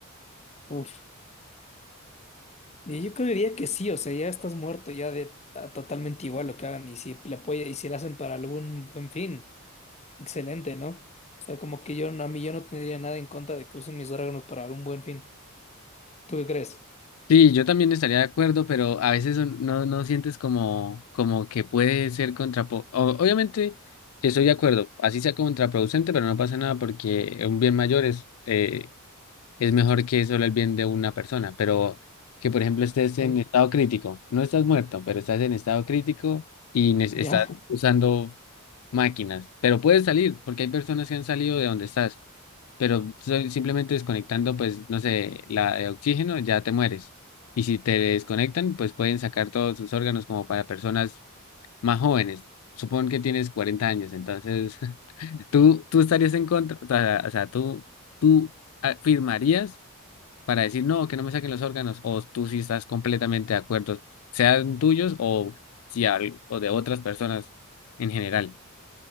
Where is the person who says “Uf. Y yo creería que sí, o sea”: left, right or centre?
Left